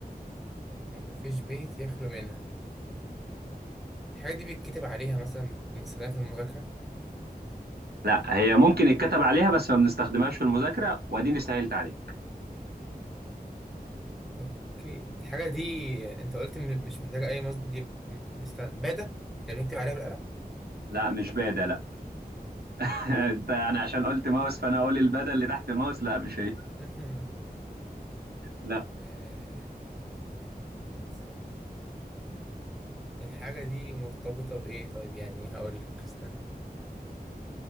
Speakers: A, in the centre; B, on the right.
A: ومفيش بيت يخلو منها الحاجة دي بيتكتب عليها مثلا بنستخدمها في المذاكرة
B: لا هي ممكن يتكتب عليها بس ما بنستخدمهاش في المذاكرة وأديني سهلت عليها
A: اوكي الحاجة دي آه، انت قلت م- مش محتاجة اي مصدر دي م- است... بادة اللي بنكتب عليها بالقلم
B: لا مش بادة لا <laughs> انت انا عشان قلت ماوس فانا اقول البدل اللي تحت الماوس لا مش هي
A: <laughs>
B: لا
A: آه، طب استنى الحاجة دي مرتبطة بإيه طيب يعني هقول لك استنى